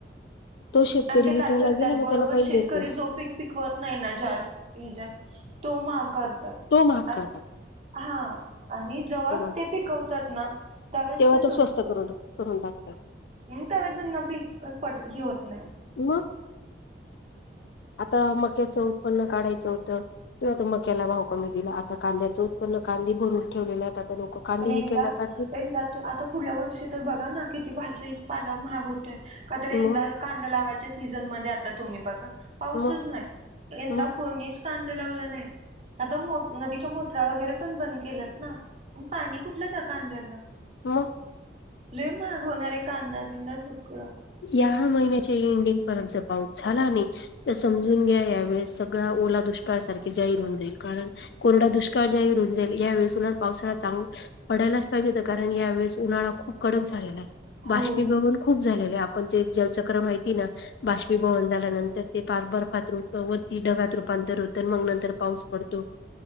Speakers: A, on the left; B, on the right.
A: तो शेतकरी
B: आणि ते
A: विकायला
B: काय करतात
A: गेला ना
B: बरोबर
A: त्याला काहीच
B: शेतकरी
A: देत नाही.
B: जो पीक पिकवत नाही ना ज्या हच्यात तो म करतात
A: तो महाग
B: आ
A: करतात
B: हा आणि जवळ
A: तो महाग
B: ते पिकवतात ना. त्यावेळेस
A: तेव्हा
B: ते
A: तो स्वस्त करून करून टाकतो.
B: त्या वद न पी प ह होत नाही.
A: म्ह. आता मक्याचं उत्पन्न काढायचं होतं. त आता मक्याला भाऊ कमी दिला आता कांद्याचं उत्पन्न कांदी भरून ठेवले आहेत आता लोक. कांदे
B: पनंदा
A: विकायला काढतील
B: यंदा. तर आता पुढल्या वर्षी तर बघा ना किती भाजरी पालाव महाग होतोय का तर यंदा
A: मग
B: कांदा लावायच्या सीझन मध्ये आता तुम्ही बघा पाऊसच
A: मग
B: नाही यंदा
A: मग
B: कोणी कां लावला नाही आता नदीच्या मोटरा वगैरे पण बंद केलत ना. प पाणी कुठलं का अध्याला
A: म.
B: ल महाग होणार आहे कांदा बिंदा सुगळां
A: या महिन्याच्या एंडिंग परर्यंत ज पाऊस झाला नाही. तर समजून घ्या यावेेळेस सगळ ओला दुष्काळ सारखे जाहीर होऊन जाईल कारण कोरडा दुष्काळ जाय रुंजईल यावेळीसलार पावसाला चांगल्या. पडायलाच पाहिजे होत कारण यावेेळेस उन्हाळा खूप कडक झालेला आहे.
B: हो
A: बाष्पी भवन खूप झाले आहे. म्हणजे ज्याव चक्र माहिती ना बाष्पीभवन झाल्यानंतर ते पा बर्फात रूप वरती ढगात रूपांतर होत मग नंतर पाऊस पडतो.